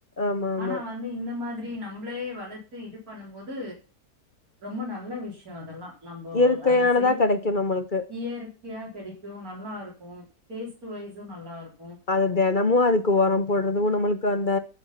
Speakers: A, on the left; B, on the right.
A: ஆமா ஆமா
B: ஆனா வந்து இந்த மாதிரி நம் நம்ப்ளே வளத்து இது பண்ணும்போது ரொம்ப நல்ல விஷ்யோ அதெல்லா நம்போ
A: இயற்கையானதா
B: அது செய்
A: கெடைக்கு நம்மளுக்கு
B: டியார் தியா கெடக்கு நல்லாருக்கு டேஸ்ட் வைஸு நல்லாருக்கு
A: அது தெனமு அதுக்கு ஒரம் போட்றது ஒ நம்முளுக்கந்த